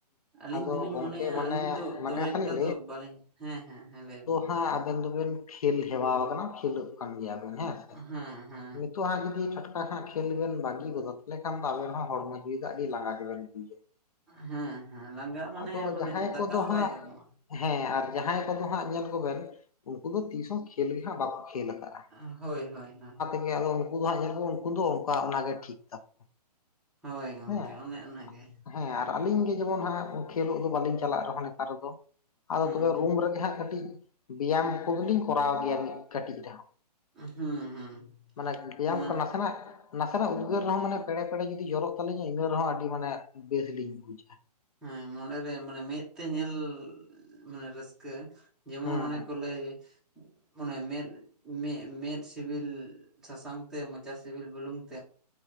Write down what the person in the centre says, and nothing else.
ᱟᱹᱞᱤᱧ
ᱫᱩᱞᱤᱧ
ᱢᱚᱱᱮᱭᱟ
ᱟᱹᱞᱤᱧ ᱫᱚ
ᱫᱚᱢᱮ
ᱮᱠᱴᱟ
ᱫᱚ ᱵᱟᱹᱞᱤᱧ ᱦᱮᱸ ᱦᱮᱸ ᱦᱮᱸ ᱞᱟᱹᱭ ᱵᱤᱱ
ᱦᱮᱸ ᱦᱮᱸ
ᱦᱮᱸ ᱦᱮᱸ ᱞᱟᱸᱜᱟ ᱢᱟᱱᱮ
ᱢᱟᱱᱮ
ᱫᱟᱠᱟ
ᱦᱚᱸ
ᱵᱟᱭ ᱡᱚᱢᱚᱜᱼᱟ ᱾
ᱟ ᱦᱳᱭ ᱦᱳᱭ ᱦᱳᱭ᱾
ᱦᱳᱭ ᱜᱚᱝᱠᱮ
ᱚᱱᱮ ᱚᱱᱟᱜᱮ᱾
ᱦᱩᱸ
ᱦᱩᱸ
ᱦᱩᱸ ᱦᱩᱸ
ᱢᱟᱱᱮ
ᱦᱩᱸ ᱢᱚᱱᱮᱨᱮ ᱢᱟᱱᱮ ᱢᱮᱫ ᱛᱮ ᱧᱮᱞᱼᱼ ᱢᱟᱱᱮ ᱨᱟᱹᱥᱠᱟᱹ ᱡᱮᱢᱚᱱ
ᱚᱱᱮ
ᱠᱚ ᱞᱟᱹᱭᱼᱼ ᱚᱱᱮ ᱢᱮᱫ ᱢᱮᱜ ᱢᱮᱫ ᱥᱤᱵᱤᱞ ᱥᱟᱥᱟᱝ ᱛᱮ ᱢᱚᱪᱟ ᱥᱤᱵᱤᱞ ᱵᱩᱞᱩᱝᱼᱼ